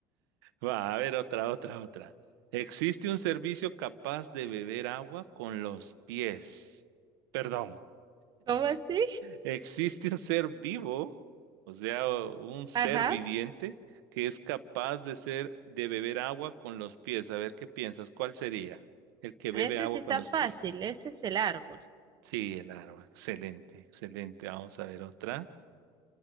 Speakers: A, on the right (about 85°); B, on the right (about 35°).
A: Va, a ver, otra, otra, otra. Existe un servicio capaz de beber agua con los pies. Perdón.
B: ¿Cómo así?
A: Existe un ser vivo, o sea, un ser
B: Ajá.
A: viviente que es capaz de ser, de beber agua con los pies. A ver qué piensas, ¿cuál sería? El que
B: Ese
A: bebe agua
B: sí está
A: con los
B: fácil.
A: pies.
B: Ese es el árbol.
A: Sí, el agua. Excelente, excelente. Vamos a ver otra.